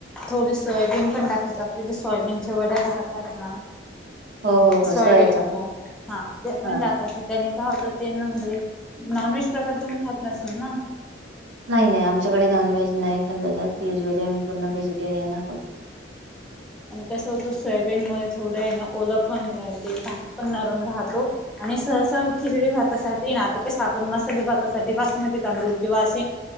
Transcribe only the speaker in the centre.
थोडी सोयबीन पण टाकायची आपल्या जशी सोयाबीनचे वड्या खातात ना?
सोयाबीन
वड्या त्या पण
टाकायचे त्याने का होत त्यांना म्हणजे नॉनव्हेज प्रकार तु्ही खात नसेल ना?
आणि कसं होतं सोयाबीन मुळे थोडं आहे ना ओल पण भात पण नरम राहतो आणि सहसा खिचडी भातासाठी ना आता कस आपण मसाले भातासाठी बासमती तांदूळ किंवा असे